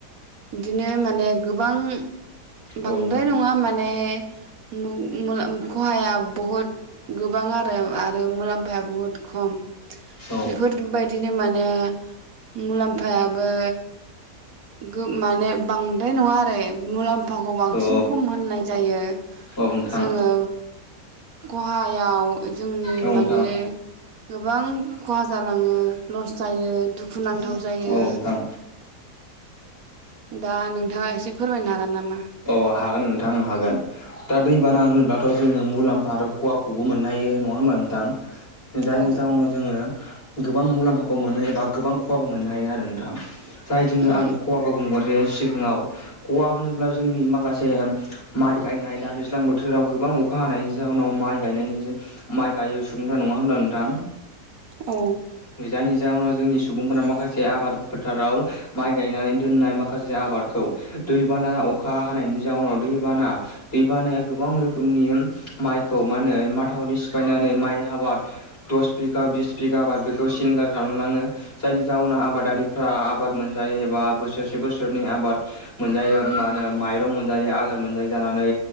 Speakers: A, on the right; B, on the left.
A: इदिनो माने गोबां बांद्राय
B: औ नोंथां औ नोंथां
A: नङा माने मु ओ ख'हाया बहुत गोबां आरो आरो मुलाम्फाया बुहुद खम।
B: औ
A: बेफोरबायदिनो माने मुलाम्फायाबो गो माने बांद्राय नङा आरो मुलाम्फाखौ बांसिन
B: औ
A: खम होननाय जायो
B: औ नोंथां
A: जोङो ख'हायाव जोंनि
B: औ नोंथां
A: माने गोबां खहा जालाङो लस जायो दुखुनांथाव जायो।
B: औ नोंथां
A: दा नोंथाङा एसे फोरमायनो हागोन नामा?
B: औ हागोन नोंथां हागोन। दा दैबाना होनोबाथ' जोङो मुलाम्फा आरो खहाखौबो मोननो हायो नङा होमबा नोंथां। जायनि
A: औ
B: जाउनाव जोङो गोबां मुलाम्फाबो मोनो एबा गोबां खहाबो मोननो हायो आरो नोंथां जाय जोङो
A: उम
B: आं खहाखौ बुंगोरसै सिगाङाव खहा होनोब्ला जोंनि मा खासे माइ गायनाय दा दैज्लां बोथोराव गोबां अखा हानायनि जाउनाव माइ गायनायनि माइ गायो सुबुंफ्रा नङा होनबा नोंथां?
A: औ
B: जायनि जाहोनाव जोंनि सुबुंफोरा माखासे आबाद फोथाराव माइ गायनानै दोननाय माखासे आबादखौ दैबाना अखा हानायनि जाउनाव दैबाना दैबानाया गोबां रोखोमनि माइखौ माहोनो माथावरि सिफायनानै माइ हाबाद दस बिगा, बिस बिगा आबाद बेखौ सिलिंगार खालामलाङो जायनि जाहोनाव आबादारिफ्रा आबाद मोनजायो एबा बोसोरसे बोसोरनै आबाद मोनजायो मानो माइरं मोनजायो आदार मोनजायै जानानै